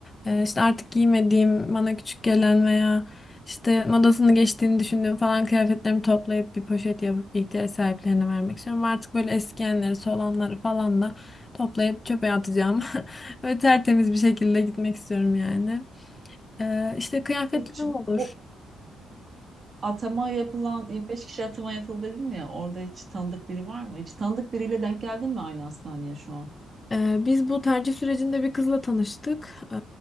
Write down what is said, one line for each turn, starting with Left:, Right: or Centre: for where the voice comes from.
Left: Ee, işte artık giymediğim, bana küçük gelen veya işte modasını geçtiğini düşündüğüm falan kıyafetlerimi toplayıp bir poşet yapıp ihtiyaç sahiplerine vermek istiyorum. Artık böyle eskiyenleri, solanları falan da toplayıp çöpe atacağım <laughs> ve tertemiz bir şekilde gitmek istiyorum yani. Ee, işte kıyafetlerim
Right: Hiç
Left: olur.
Right: bu atama yapılan 25 kişi atama yapıldı dedin ya orada hiç tanıdık biri var mı? Hiç tanıdık biriyle denk geldin mi aynı hastaneye şu an?
Left: Ee, Biz bu tercih sürecinde bir kızla tanıştık. Ee,